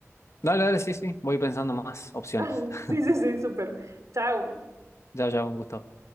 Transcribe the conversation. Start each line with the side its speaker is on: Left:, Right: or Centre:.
Left: Dale, dale, sí, sí. Voy pensando más opciones.
Right: <laughs>
Left: <laughs>
Right: Sí, sí, sí, súper. Chao.
Left: Ya, ya, un gusto.